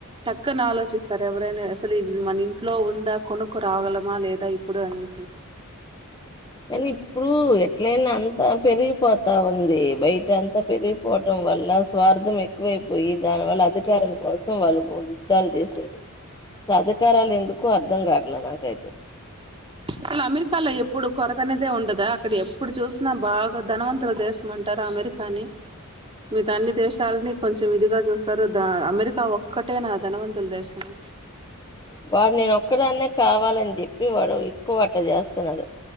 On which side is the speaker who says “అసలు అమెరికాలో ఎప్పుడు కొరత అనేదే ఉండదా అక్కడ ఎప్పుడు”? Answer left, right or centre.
Right